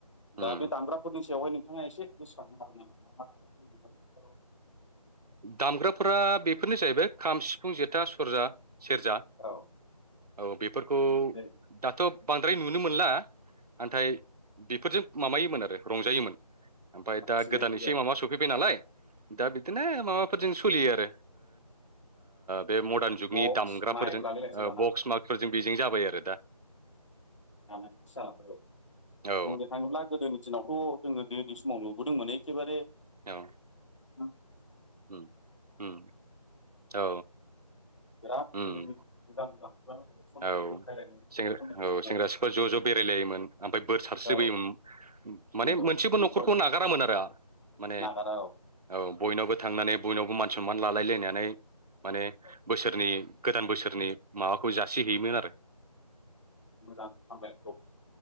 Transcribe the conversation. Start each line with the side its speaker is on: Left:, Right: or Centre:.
Left: दा
Right: उम
Left: बे दामग्राफोरनि सायावहाय नोंथाङा एसे गोसोखांनो हागोन नामा <inaudible>
Right: दामग्राफोरा बेफोरनो जाहैबाय खाम सिफुं जेथा सरजा सेरजा
Left: औ
Right: औ बेफोरखौ
Left: लुबैयो जाहैबाय
Right: दाथ' बांद्राय नुनो मोनला नाथाय बेफोरजों माबायोमोन आरो रंजायोमोन ओमफ्राय
Left: बांसिनै
Right: दा गोदानै
Left: गोदो
Right: एसे माबा सफैबाय नालाय दा बिदिनो माबाफोरजों सोलियो आरो बे मदार्न जुगनि
Left: बक्स
Right: दामग्राफोरजों
Left: माइक लालायलायसो दाना
Right: बक्स मार्कफोरजों बेजों जाबाय आरो दा
Left: जानानै बिदि जालांबाय औ
Right: औ
Left: बुंनो थाङोब्ला गोदोनि दिनावथ' जोङो दै व नुबोदों माने एखेबारे
Right: औ
Left: <unintelligible>
Right: उम उम औ
Left: बिराद
Right: उम
Left: मोजां मोजां खुगा मेथाइखौ खननानै
Right: औ औ
Left: जंखायलायनाय मेथाइखौ
Right: सेंग्रा
Left: खननाय नुयोमोन
Right: सिख्ला ज' ज' बेरायलायोमोन ओमफ्राय बोर सारस्रिबोयोमोन
Left: आरो औ
Right: माने
Left: नंगौ
Right: मोनसेबो
Left: न'खरनि
Right: न'खरखौ नागारामोन आरो माने
Left: नागारा औ
Right: औ बयनावबो थांनानै बयनावबो मान सनमान लालायलायनानै माने
Left: औ
Right: बोसोरनि गोदान बोसोरनि माबाखौ जासिहैयोमोन आरो
Left: मोजां हामबाय औ